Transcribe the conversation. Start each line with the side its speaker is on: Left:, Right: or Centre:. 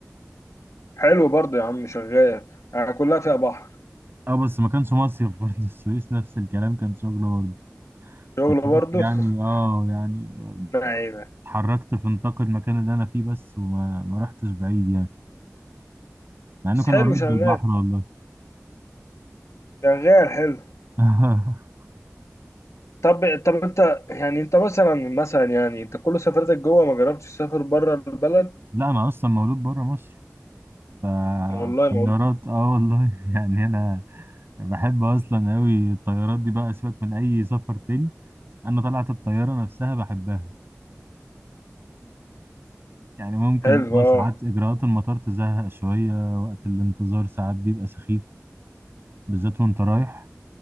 Left: حلو برضو يا عم شغال يعني كلها فيها بحر
Right: اه بس ما كانش مصيف برضه <laughs> السويس نفس الكلام كان شغل برضه
Left: شغل
Right: فكنت
Left: برضو
Right: يعني
Left: <laughs>
Right: اه يعني
Left: ما عينك
Right: اتحركت في نطاق المكان اللي انا فيه بس وما ما رحتش بعيد يعني مع انه
Left: بس
Right: كان
Left: حلو
Right: قريب من
Left: شغال
Right: البحر والله
Left: شغال حلو
Right: <laughs>
Left: طب طب انت يعني انت مثلا مثلا يعني انت كل سفرتك جوه ما جربتش تسافر بره البلد
Right: لا انا اصلا مولود بره مصر فالطيارات
Left: والله ما اقول
Right: اه والله <laughs> يعني انا بحب اصلا قوي الطيارات دي بقى سيبك من اي سفر تاني انا طلعت الطياره نفسها بحبها يعني ممكن
Left: حلو
Right: اه
Left: اه
Right: ساعات اجراءات المطار تزهق شويه وقت الانتظار ساعات بيبقى سخيف بالذات وانت رايح